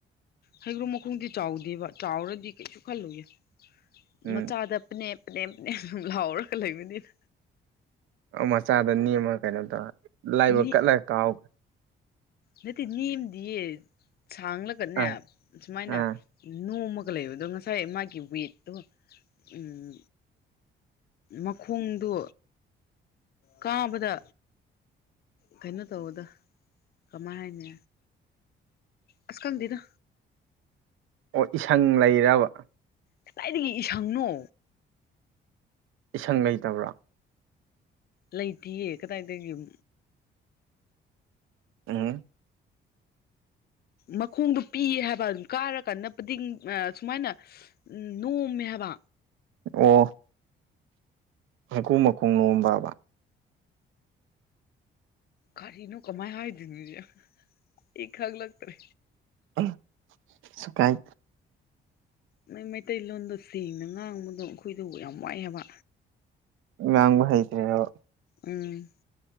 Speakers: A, on the left; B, on the right.
A: ꯍꯩꯒ꯭ꯔꯨ ꯃꯈꯣꯡꯗꯤ ꯆꯥꯎꯗꯦꯕ ꯆꯥꯎꯔꯗꯤ ꯀꯩꯁꯨ ꯈꯜꯂꯨꯅꯨ
B: ꯎꯝ
A: ꯃꯆꯥꯗ ꯅꯦꯞ ꯅꯦꯞꯅꯦꯝ ꯂꯥꯎꯔꯒ ꯂꯩꯕꯅꯤꯅ
B: ꯑꯣ ꯃꯆꯥꯗ ꯅꯦꯝꯃ ꯀꯩꯅꯣ ꯇꯧꯔ ꯂꯥꯏꯕꯛ
A: ꯅꯦ
B: ꯀꯠꯂꯒ ꯀꯥꯎ
A: ꯅꯠꯇꯦ ꯅꯦꯝꯗꯤꯌꯦ ꯁꯥꯡꯂꯒꯅꯦ
B: ꯑꯥ
A: ꯁꯨꯃꯥꯏꯅ
B: ꯑꯥ
A: ꯅꯣꯝꯃ ꯒ ꯂꯩꯕꯗꯣ ꯉꯁꯥꯏ ꯃꯥꯒꯤ ꯋꯦꯠꯇꯨ ꯎꯝ ꯃꯈꯣꯡꯗꯨ ꯀꯥꯕꯗ ꯀꯩꯅꯣ ꯇꯧꯕꯗꯣ ꯀꯃꯥꯏ ꯍꯥꯏꯅꯤ ꯑꯁ ꯈꯪꯗꯦꯗ
B: ꯑꯣ ꯏꯁꯪ ꯂꯩꯔꯤꯔꯕ
A: ꯀꯗꯥꯏꯗꯒꯤ ꯏꯁꯪꯅꯣ
B: ꯏꯁꯪ ꯂꯩꯇꯕ꯭ꯔꯣ
A: ꯂꯩꯇꯌꯦ ꯀꯗꯥꯏꯗꯒꯤ ꯌꯨꯝ
B: ꯑꯝ
A: ꯃꯈꯣꯡꯗꯣ ꯄꯤꯌꯦ ꯍꯥꯏꯕ ꯀꯥꯔ ꯀꯥꯟꯗ <unintelligible> ꯗꯤꯡ ꯑ ꯁꯨꯃꯥꯏꯅ <unintelligible> ꯎ ꯅꯣꯝꯃꯦ ꯍꯥꯏ <unintelligible>
B: ꯑꯣ <unintelligible> ꯃꯈꯣꯡ ꯅꯣꯝꯕꯕ
A: ꯀꯔꯤꯅꯣ ꯀꯃꯥꯏ ꯍꯥꯏꯗꯨ <unintelligible> ꯑꯩ ꯈꯡ ꯂꯛꯇ꯭ꯔꯦ
B: ꯎꯃ ꯁꯨꯀꯥꯏ
A: ꯅꯣꯏ ꯃꯩꯇꯩꯂꯣꯟꯗꯣ ꯁꯦꯡꯅ ꯉꯥꯡꯕꯗꯣ ꯑꯩꯈꯣꯏꯗꯣ ꯌꯥꯝ ꯋꯥꯏꯑꯦ ꯍꯥꯏꯕ
B: ꯉꯥꯡꯕ ꯍꯩꯇ꯭ꯔꯤꯔꯕ
A: ꯎꯝ